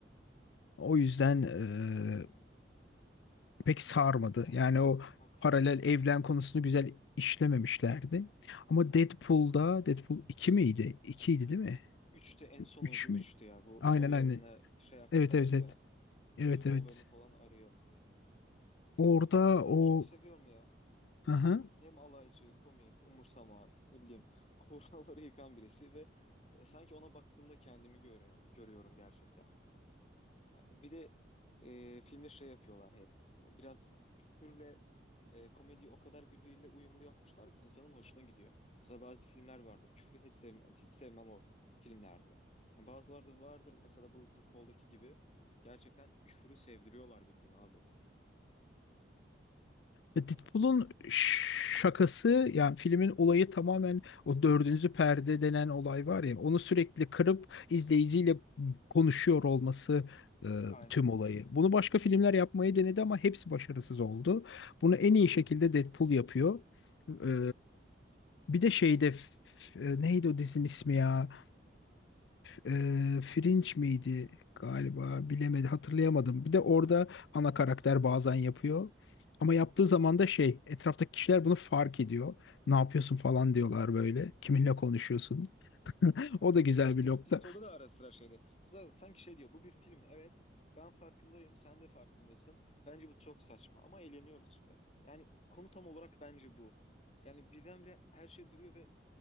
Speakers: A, on the left; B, on the left.
A: O yüzden e, pek sarmadı.
B: Ya
A: Yani o
B: haklısın.
A: paralel evren konusunu güzel işlememişlerdi. Ama Deadpool'da Deadpool 2 miydi? 2 değil mi?
B: Üçte en sonuncu
A: üç
B: üçtü
A: mü?
B: ya. Bu
A: Aynen
B: Wolverine'le
A: aynen.
B: şey yapmışlardı
A: Evet evet evet.
B: ya.
A: Evet
B: Gidip Wolverine'i
A: evet.
B: falan arıyor. Yani
A: Orada
B: Deadpool'u ben
A: o
B: çok seviyorum ya.
A: Hı
B: Hem alaycı, komik, umursamaz, ne bileyim, <laughs> kuralları yıkan birisi ve e, sanki ona baktığımda kendimi görüyorum, görüyorum gerçekten. Bir de e, filmde şey yapıyorlar hep. E, Biraz küfürle e, komediyi o kadar birbiriyle uyumlu yapmışlar ki insanın hoşuna gidiyor. Mesela bazı filmler vardır. Küfrü hiç sevmez. Hiç sevmem o filmlerde. Ama bazıları da vardır. Mesela bu Deadpool'daki gibi. Gerçekten küfürü sevdiriyorlar bildiğin abi.
A: Ya Deadpool'un şakası yani filmin olayı tamamen o dördüncü perde denen olay var ya onu sürekli kırıp izleyiciyle konuşuyor olması e,
B: Aynen.
A: tüm olayı. Bunu başka filmler yapmayı denedi ama hepsi başarısız oldu. Bunu en iyi şekilde Deadpool yapıyor. E, bir de şeyde f- e, neydi o dizinin ismi ya? Eee Fringe miydi galiba bilemedim hatırlayamadım. Bir de orada ana karakter bazen yapıyor. Ama yaptığı zaman da şey etraftaki kişiler bunu fark ediyor. Ne yapıyorsun falan diyorlar böyle. Kiminle konuşuyorsun? <laughs> O da güzel
B: Ha İşte
A: bir nokta.
B: Deadpool'da da ara sıra şeydi. Z- Sanki şey diyor bu bir film evet ben farkındayım sen de farkındasın. Bence bu çok saçma ama eğleniyoruz işte. Yani konu tam olarak bence bu. Yani birdenbire her şey duruyor ve